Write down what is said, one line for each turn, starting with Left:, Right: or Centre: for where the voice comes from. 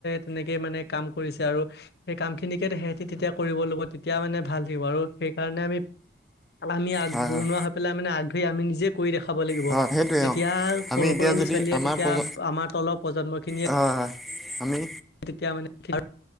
Left: তেনেকেই মানে কাম কৰিছে আৰু সেই কাম খিনিকে সিহতি তেতিয়া কৰিব লগিব। তেতিয়া মানে ভাল থাকিব আৰু সেইকাৰণে আমি আমি আগৰণুৱা
Centre: হয় হয়
Left: হৈ পেলাই মানে আগ ধৰি আমি নিজে কৰি দেখাব লাগিব
Centre: হয় সেইটোৱে
Left: তেতিয়া
Centre: অঁ
Left: সৰু
Centre: আমি এতিয়া
Left: সৰু ল'ৰা
Centre: যদি
Left: ছোৱালি
Centre: আমাৰ
Left: তেতিয়া
Centre: প্ৰজ
Left: আমাৰ তলৰ প্ৰজন্ম খিনিয়ে
Centre: হয় হয় আমি।
Left: তেতিয়া মানে <unintelligible>